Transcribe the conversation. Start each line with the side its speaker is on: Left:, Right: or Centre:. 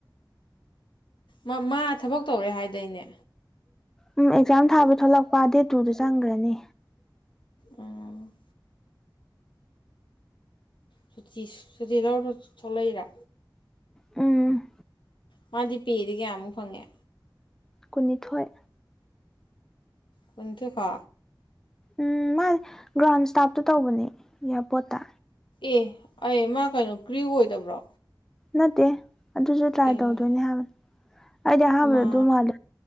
Left: ꯎꯝ ꯃꯥ ꯊꯕꯛ ꯇꯧꯔꯦ ꯍꯥꯏꯗꯣꯏꯅꯦ
Centre: ꯎꯝ ꯑꯦꯛꯖꯥꯝ ꯊꯥꯕ ꯊꯂꯛꯄ ꯗꯦꯠ ꯇꯨꯗ ꯆꯪꯈ꯭ꯔꯅꯤ
Left: ꯎꯝ ꯁꯨꯇꯤ ꯁꯨꯇꯤ ꯂꯧꯔ ꯊꯣꯛꯂꯛꯏꯔ
Centre: ꯎꯝ
Left: ꯃꯥꯗꯤ ꯄꯤꯗꯤ ꯀꯌꯥꯃꯨꯛ ꯐꯪꯉꯦ
Centre: ꯀꯨꯟꯅꯤꯊꯣꯏ
Left: ꯀꯨꯟꯊꯨꯀꯥ
Centre: ꯎꯝ ꯃꯥ ꯒ꯭ꯔꯥꯎꯟ ꯁꯇꯥꯞꯇꯣ ꯇꯧꯕꯅꯦ ꯏꯌꯥꯔꯄꯣꯠꯇ꯫
Left: ꯑꯦ ꯑꯩ ꯃꯥ ꯀꯩꯅꯣ ꯀꯔ꯭ꯤꯎ ꯑꯣꯏꯗꯕ꯭ꯔꯣ
Centre: ꯅꯠꯇꯦ꯫ ꯑꯗꯨꯁꯨ ꯇ꯭ꯔꯥꯏ
Left: ꯑꯦ
Centre: ꯇꯧꯗꯣꯏꯅꯦ ꯍꯥꯏꯕꯅꯤ꯫ ꯑꯩꯗꯤ ꯑꯍꯥꯟꯕꯗ
Left: ꯃꯥ
Centre: ꯑꯗꯨꯝ ꯃꯥꯜꯂꯦ꯫